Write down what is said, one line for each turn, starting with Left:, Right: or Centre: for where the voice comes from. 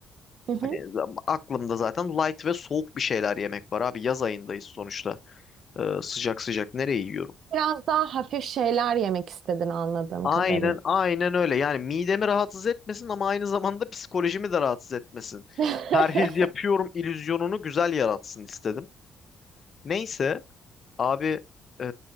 Right: Hı hı.
Left: Hani aklımda zaten light ve soğuk bir şeyler yemek var abi. Yaz ayındayız sonuçta. Ee, sıcak sıcak nereye yiyorum?
Right: Biraz daha hafif şeyler yemek istedin anladığım
Left: Aynen
Right: kadarıyla.
Left: aynen öyle. Yani midemi rahatsız etmesin ama aynı zamanda psikolojimi de rahatsız etmesin.
Right: <laughs>
Left: Perhiz yapıyorum illüzyonunu güzel yaratsın istedim. Neyse abi e,